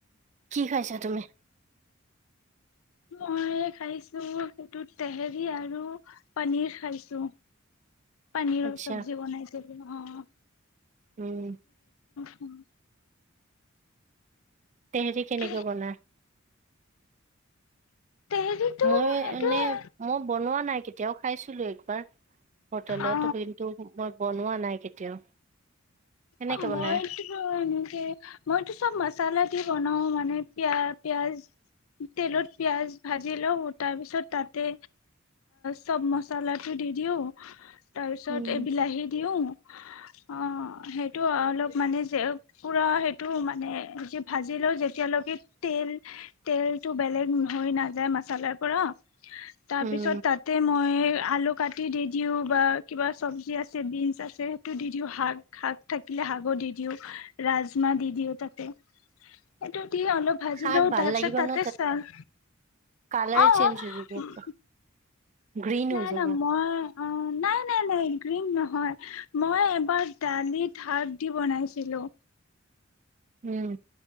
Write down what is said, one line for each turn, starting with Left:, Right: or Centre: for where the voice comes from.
Right: কি খাইছা তুমি?
Left: মই খাইছো সেইটোত টেহেৰি আৰু পনীৰ খাইছো। পনীৰৰ
Right: আচ্ছা
Left: চব্জি বনাইছিলো। অ'
Right: উম
Left: উহ,
Right: তেহেৰী কেনেকে
Left: কি
Right: বনাই?
Left: তেহেৰিটো
Right: মই
Left: সেইটোয়ে
Right: এনে মই বনোৱা নাই। এতিয়াও খাইছিলো একবাৰ। হোটেলত
Left: অ
Right: কিন্তু মই বনোৱা নাই কেতিয়াও। কেনেকে
Left: অ' মইতো
Right: বনাই
Left: এনেকে মইতো চব মচালা দি বনাও মানে পিয়া, পিয়াজ তেলত পিয়াজ ভাজি লওঁ তাৰপিছত তাতে চব মচলাটো দি দিওঁ। তাৰ পিছত
Right: উম
Left: এই বিলাহী দিওঁ। অ' সেইটো টো অলপ মানে যে পুৰা সেইটো মানে যি ভাজি লওঁ, যেতিয়ালৈকে তেল-তেলটো বেলেগ হৈ নাযায় মাছলাৰ পৰা তাৰপিছত
Right: উম
Left: তাতে মই আলু কাটি দি দিওঁ বা কিবা চব্জি আছে বিনচ আছে সেইটো দি দিওঁ শাক-শাক। থাকিলে শাকো দি দিওঁ, ৰাজমাহ দি দিও তাতে, এইটো অলপ ভাজি
Right: শাক
Left: লও,
Right: ভাল
Left: তাৰপিছত
Right: লাগিব
Left: তাতে
Right: ন
Left: চাল,
Right: কালাৰ
Left: অহ।
Right: চেঞ্জ হৈ যাব গ্ৰীণ
Left: নাই-নাই,
Right: হৈ যাব
Left: মই অ' নাই-নাই-নাই, গ্ৰীণ নহয় মই এবাৰ দালিত শাক দি বনাইছিলো।
Right: উম,